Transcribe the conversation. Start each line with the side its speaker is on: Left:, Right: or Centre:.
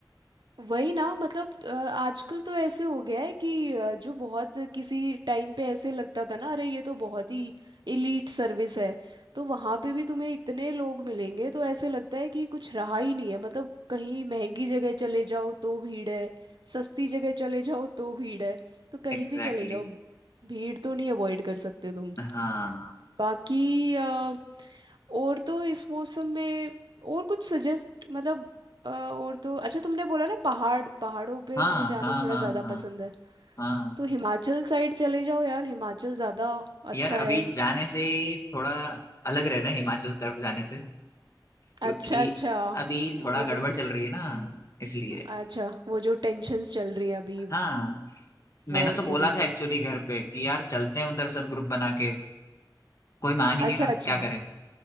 Right: वही ना मतलब अ, आजकल तो ऐसे हो गया है कि अ, जो बहुत किसी टाइम पे ऐसे लगता था ना अरे ये तो बहुत ही इलीट सर्विस है तो वहाँ पे भी तुम्हें इतने लोग मिलेंगे तो ऐसे लगता है कि कुछ रहा ही नहीं है मतलब कहीं महंगी जगह चले जाओ तो भीड़ है सस्ती जगह चले जाओ तो भीड़ है तो कहीं
Left: Exactly
Right: भी चले जाओ
Left: exactly.
Right: भीड़ तो नहीं अवॉइड कर सकते तुम
Left: हाँ
Right: बाकी अ, और तो इस मौसम में और कुछ सजेस्ट मतलब अ, और तो अच्छा तुमने बोला ना पहाड़ पहाड़ों पे
Left: हाँ
Right: तुम्हें जाना
Left: हाँ
Right: थोड़ा
Left: हाँ
Right: ज़्यादा
Left: हाँ
Right: पसंद है
Left: हाँ
Right: तो हिमाचल साइड चले जाओ यार हिमाचल ज़्यादा
Left: यार
Right: अच्छा
Left: अभी
Right: है
Left: जाने से थोड़ा अलग रहना है हिमाचल तरफ जाने से क्योंकि
Right: अच्छा अच्छा
Left: अभी थोड़ा
Right: वो
Left: गड़बड़ चल रही है ना इसलिए
Right: अच्छा वो जो टेंशन्स चल रही है अभी
Left: हाँ मैंने
Right: वॉर
Left: तो बोला
Right: को लेके
Left: था एक्चुअली घर पे कि यार चलते हैं उधर सब ग्रुप बना के कोई मान ही नहीं
Right: अच्छा
Left: रहा
Right: अच्छा
Left: क्या करें